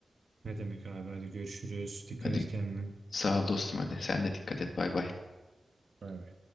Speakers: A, on the right; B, on the left.
A: Ne demek abi? Hadi görüşürüz. Dikkat
B: Hadi
A: et kendine.
B: sağ ol dostum hadi. Sen de dikkat et. Bay bay.
A: Bay bay.